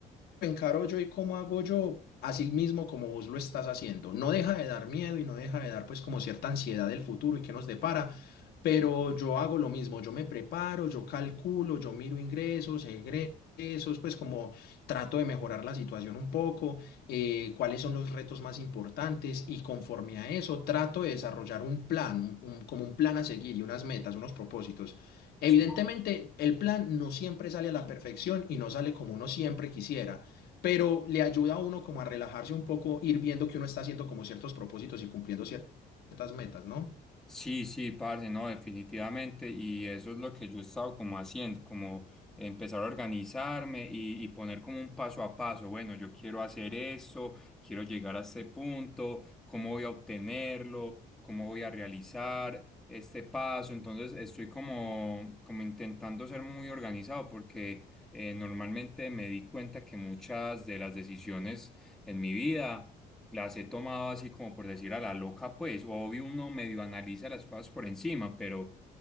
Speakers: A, on the left; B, in the centre.
A: encaro yo y cómo hago yo, así mismo como vos lo estás haciendo. No deja de dar miedo y no deja de dar pues como cierta ansiedad del futuro y qué nos depara, pero yo hago lo mismo, yo me preparo, yo calculo, yo miro ingresos, egresos, pues como trato de mejorar la situación un poco, eh, cuáles son los retos más importantes y conforme a eso trato de desarrollar un plan, un- un- como un plan a seguir y unas metas, unos propósitos. Evidentemente,
B: Sí.
A: el plan no siempre sale a la perfección y no sale como uno siempre quisiera, pero le ayuda a uno como a relajarse un poco, ir viendo que uno está haciendo como ciertos propósitos y cumpliendo ciertas metas, ¿no?
B: Sí, sí, parce, no, definitivamente. Y eso es lo que yo he estado como haciendo, como empezar a organizarme y, y poner como un paso a paso. Bueno, yo quiero hacer esto, quiero llegar a este punto, cómo voy a obtenerlo, cómo voy a realizar este paso. Entonces estoy como, como intentando ser muy organizado porque eh, normalmente me di cuenta que muchas de las decisiones en mi vida las he tomado así como por decir a la loca, pues obvio uno medio analiza las cosas por encima, pero